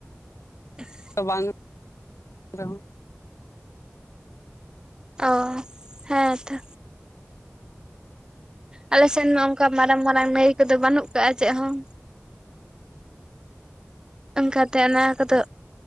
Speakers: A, on the right; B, on the left.
A: <unintelligible>
B: ᱫᱚ ᱵᱟᱝ ᱨᱮᱦᱚᱸ
A: ᱚ, ᱦᱮᱸ ᱛᱚ᱾ ᱟᱞᱮ ᱥᱮᱱ ᱢᱟ ᱚᱝᱠᱟ ᱢᱟᱨᱟᱝ ᱢᱟᱨᱟᱝ ᱱᱟᱹᱭ ᱠᱚᱫᱚ ᱵᱟᱹᱱᱩᱜ ᱠᱟᱜ-ᱟ ᱪᱮᱜ ᱦᱚᱸ᱾ ᱚᱱᱠᱟᱛᱮ ᱚᱱᱟ ᱠᱚᱫᱚ,